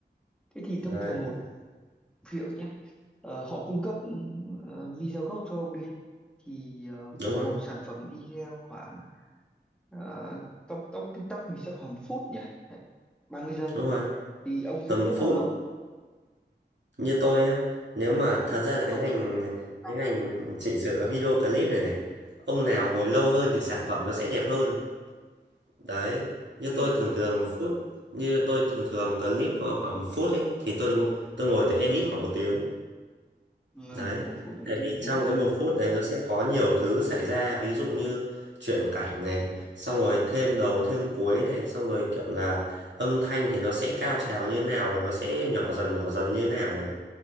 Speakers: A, in the centre; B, on the right (about 80°).
A: Thế thì
B: Đấy,
A: thông thường một ví dụ nhé ờ, họ cung cấp ờ, video gốc cho ông đi thì ờ,
B: đúng
A: một
B: rồi,
A: sản phẩm video khoảng ờ, tóc tóc TikTok thì sẽ khoảng một phút nhỉ hay ba mươi giây
B: đúng rồi.
A: thì ông dựng
B: Tầm
A: hết
B: phút
A: bao lâu
B: như tôi nhá, nếu mà thật ra là cái
A: không
B: ngành
A: không
B: cái ngành chỉnh sửa video clip này này, ông nào ngồi lâu hơn thì sản phẩm nó sẽ đẹp hơn. Đấy, như
A: ừ.
B: tôi thường thường phút như tôi thường thường clip khoảng một phút ấy thì tôi tôi ngồi tôi edit khoảng một tiếng.
A: ừ
B: Đấy,
A: một phút nữa
B: tại
A: đi
B: vì
A: một tiếng
B: trong
A: ừ.
B: cái một phút đấy nó sẽ có nhiều thứ xảy ra, ví dụ như chuyển cảnh này, xong rồi thêm đầu thêm cuối này, xong rồi kiểu là âm thanh thì nó sẽ cao trào như nào và nó sẽ nhỏ dần nhỏ dần như nào này.